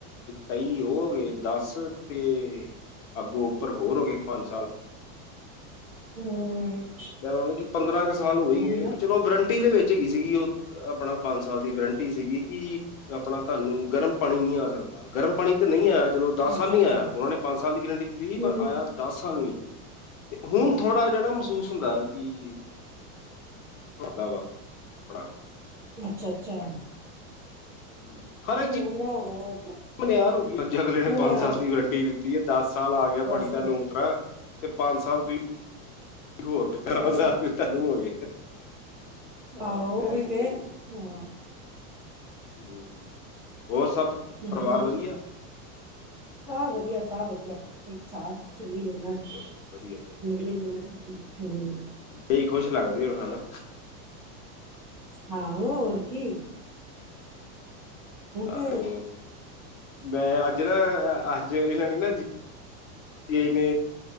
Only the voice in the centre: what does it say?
ਹੂੰ
ਉਹੀ
ਨਾ
ਅੱਛਾ-ਅੱਛਾ
ਹੂੰ
ਅੱਛਾ- ਅੱਛਾ।
<unintelligible>
ਮੁਨਿਆਦ
ਬਸ
ਬਸ
ਹੂੰ
ਆਹੋ ਉਹੀ
ਤੇ, ਹਾਂ
ਉਹੀ ਨਾ
ਸਭ ਵਧੀਆ- ਸਭ ਵਧੀਆ, ਠੀਕ-ਠਾਕ ਚੁੱਲੀ ਜਾਂਦਾ
ਨਿਕਲੀ ਜਾਂਦਾ ਟਾਈਮ ਹੂ
ਹਾਂ ਉਹ ਹੋਰ ਕੀ ਏ।
ਤੇ